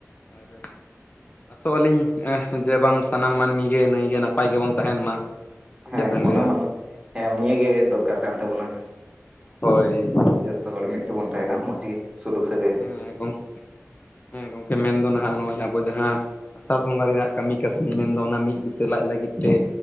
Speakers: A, on the left; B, on the right.
A: ᱟᱨᱼᱮᱼᱼ ᱟᱸᱥᱚᱜ ᱟᱹᱞᱤᱧ ᱡᱮ ᱵᱟᱝ ᱥᱟᱱᱟᱢ ᱢᱟᱹᱱᱢᱤ ᱜᱮ ᱱᱟᱹᱭ ᱜᱮ ᱱᱟᱯᱟᱭ ᱜᱮᱵᱚᱱ ᱛᱟᱦᱮᱸᱱ ᱢᱟ᱾ ᱥᱮ
B: ᱦᱮᱸ
A: ᱪᱮᱫ ᱵᱮᱱ
B: ᱚᱱᱟ
A: ᱞᱟᱹᱭᱟ
B: ᱢᱟ ᱱᱟᱜ ᱦᱮᱸ ᱱᱤᱭᱟᱹ ᱜᱮ ᱫᱚᱨᱠᱟᱨ ᱠᱟᱱ ᱛᱟᱵᱚᱱᱟ᱾
A: ᱦᱚᱭᱼᱼ
B: ᱡᱷᱚᱛᱚ ᱦᱚᱲ ᱢᱤᱫ ᱛᱮᱵᱚᱱ ᱛᱟᱦᱮᱸᱱᱟ ᱢᱚᱸᱡᱽ ᱜᱮ᱾ ᱥᱩᱞᱩᱠ ᱥᱟᱹᱜᱟᱹᱭ ᱨᱮ
A: ᱦᱮᱸ ᱜᱚᱝ ᱦᱮᱸ ᱜᱚᱝᱠᱮ ᱢᱮᱱᱫᱚ ᱱᱷᱟᱸᱜ ᱱᱚᱜᱼᱚᱭ ᱟᱵᱚ ᱡᱟᱦᱟᱸᱼᱼ ᱟᱥᱟᱲ ᱵᱚᱸᱜᱟ ᱨᱮᱭᱟᱜ ᱠᱟᱹᱢᱤ ᱠᱟᱹᱥᱱᱤ ᱢᱮᱱᱫᱚ ᱚᱱᱟ ᱢᱤᱫ ᱵᱤᱛᱟᱹ ᱞᱟᱡ ᱞᱟᱹᱜᱤᱫ ᱛᱮᱼᱼ